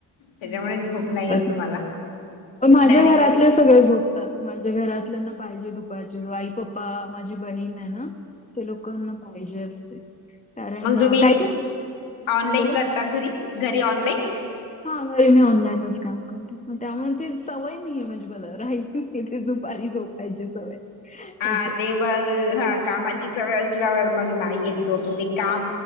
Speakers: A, on the left; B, on the left.
A: त्याच्यामुळे
B: हम्म,
A: झोप
B: झोपत
A: नाही येत तुम्हाला.
B: पण माझ्या
A: डायरेक्ट
B: घरातले सगळे झोप. तत् माझ्या घरातल्या ना पाहिजे दुपारची. वाईपप्पा माझी बहीण आहे ना. ते लोकांना पाहिजे असते. कारण
A: मंग
B: अ,
A: तुम्ही
B: काही काही
A: ऑनलाईन
B: हां बोला.
A: करता घरी? घरी ऑनलाईन?
B: हा घरी मी ऑनलाईनच काम कर. त्यामुळे ती सवय नाही आहे म्हणजे मला राहिल ते दुपारी झोपायची सवय.
A: हा
B: असं.
A: ते बघ हा कामाची सवय असल्यावर मग नाहीयेत झोप म्हणजे काम.